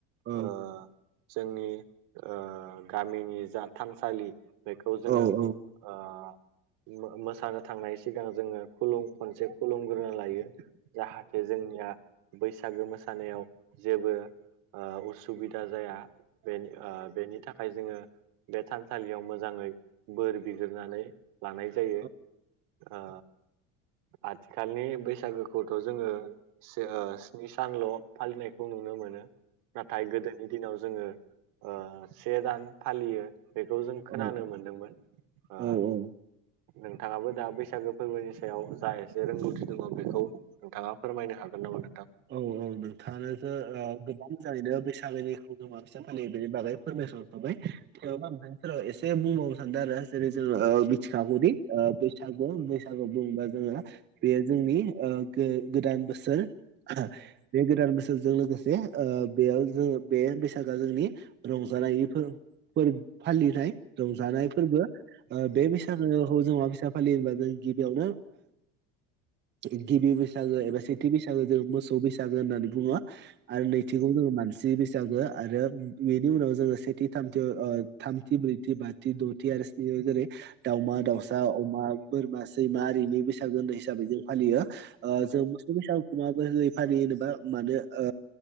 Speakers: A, on the right (about 30°); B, on the right (about 60°).
A: औ
B: ओ जोंनि ओ गामिनि जा थानसालि बेखौ जोङो
A: औ औ नंगौ औ औ
B: ओ मो-मोसानो थांनाय सिगां जोङो खुलुम खनसे खुलुमग्रोना लायो जाहाथे जोंनिया बैसागो मोसानायाव जेबो ओ उसुबिदा जाया बेनि ओ बेनि था खाय जोङो बे थानसालियाव मोजाङै बोर बिगोरनानै लानाय जायो।
A: औ
B: ओ आथिखालनि बैसागोखौथ' जोङो सो ओ स्नि सानल' फालिनायखौ नुनो मोनो नाथाय गोदोनि दिनाव जोङो ओ से दान फालियो। बेखौ जों खोनानो
A: औ
B: मोनदोंमोन। ओ
A: औ औ
B: नोंथाङाबो दा बैसागो फोरबोनि सायाव जा एसे रोंगौथि दङ बेखौ नोंथाङा फोरमायनो हागोन नामा नों
A: औ औ नोंथाङानोथो ओ गोबां मोजाङैनो बैसागोनि <unintelligible> माबैसा फालियो बेनि बागै फोरमाय खांखाबाय थेवबाबो आं नोंथांनि सोराव एसे बुंबावनो सानदों आरो। जेरै जोङो ओ मिथिखागौदि ओ बैसागु बैसागु बुंबा जोङो बेयो जोंनि ओ गो-गोदान बोसोर बे गोदान बोसोरजों लोगोस से ओ बेयाव जों बे बैसागोआ जोंनि रंजानायनि फोर फोर फालिनाय रंजानाय फोरबो ओ बे बैसागोखौ जों माबैसा फालियो होनबा जों गिबियावनो गिबि बैसागो एबा सेथि बैसागो जों मोसौ बैसागो होननानै बुङो। आरो नैथिखौ जोङो मानसि बै सागो आरो बेनि उनाव जोङो सेथि थामथि ओ थामथि ब्रैथि बाथि द'थि आरो स्नि- जेरै दावमा दाउसा अमा बोरमा सैमा आरिनि बैसागो होननाय हिसाबै जों फालियो। ओ जों मोसौ बैसागोखौ माबोरै फालियो होनोबा मानो ओ